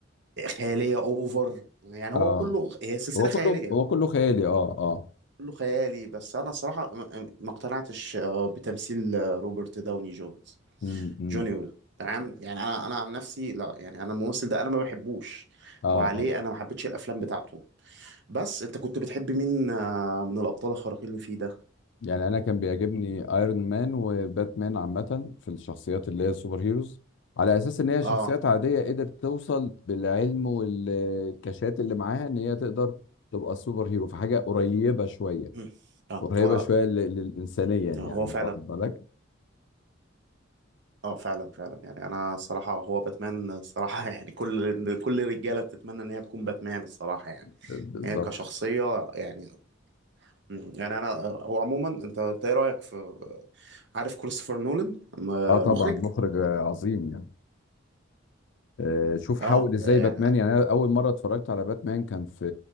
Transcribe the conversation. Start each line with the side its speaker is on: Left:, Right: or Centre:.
Right: خيالية أوفر يعني
Left: اه
Right: هو كله هي سلسلة
Left: هو
Right: خيالية
Left: كله هو كله خيالي اه اه
Right: كله خيالي بس أنا الصراحة ما ما اقتنعتش آه، بتمثيل آه، روبرت داوني جونز
Left: امم
Right: جونيور تمام يعني انا انا عن نفسي لا يعني انا الممثل ده انا ما بحبوش
Left: اه
Right: وعليه
Left: اه
Right: انا ما حبيتش الافلام بتاعته بس انت كنت بتحب مين آه، من الابطال الخارقين اللي فيه ده
Left: يعني انا كان بيعجبني ايرون مان وباتمان عامه في الشخصيات اللي هي سوبر هيروز على اساس ان هي
Right: اه
Left: شخصيات عاديه قدرت توصل بالعلم والكاشات اللي معاها ان هي تقدر تبقى سوبر هيرو في حاجه قريبه شويه
Right: مم. اه
Left: قريبه
Right: هو
Left: شويه لل- للانسانيه يعني
Right: هو فعلا
Left: انت واخد بالك
Right: اه فعلا فعلا يعني انا صراحة هو باتمان صراحة <laughs> يعني كل كل الرجالة بتتمنى ان هي تكون باتمان الصراحة يعني
Left: بالظبط
Right: هي كشخصية يعني مم، يعني انا آه، هو عموما انت انت ايه رأيك في آه، عارف كريستوفر نولان الم- المخرج
Left: اه طبعا مخرج آه، عظيم يعني آه، شوف حاول
Right: اه
Left: ازاي
Right: يعني
Left: باتمان يعني انا اول مره اتفرجت على باتمان كان في